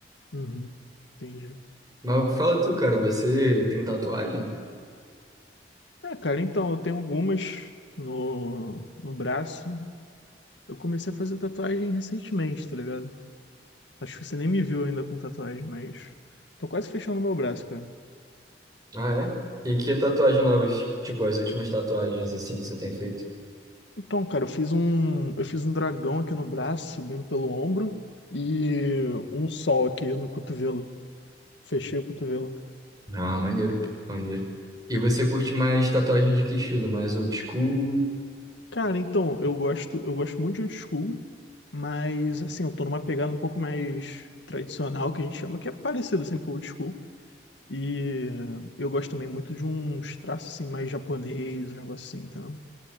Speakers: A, on the left; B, on the right.
A: Uhum, entendi.
B: Mas fala tu, cara, você tem tatuagem?
A: É, cara, então, eu tenho algumas no, no braço. Eu comecei a fazer tatuagem recentemente, tá ligado? Acho que você nem me viu ainda com tatuagem, mas tô quase fechando meu braço, cara.
B: Ah, é? E que tatuagem novas? Tipo, as últimas tatuagens assim que você tem feito?
A: Então, cara, eu fiz um, eu fiz um dragão aqui no braço, subindo pelo ombro e um sol aqui no cotovelo. Fechei o cotovelo.
B: Ah, maneiro, pô, maneiro. E você curte mais tatuagem de que estilo? Mais old school?
A: Cara, então, eu gosto, eu gosto muito de old school, mas assim, eu tô numa pegada um pouco mais tradicional que a gente chama, que é parecido assim com old school. E eu gosto também muito de uns traços assim mais japonês, um negócio assim, então.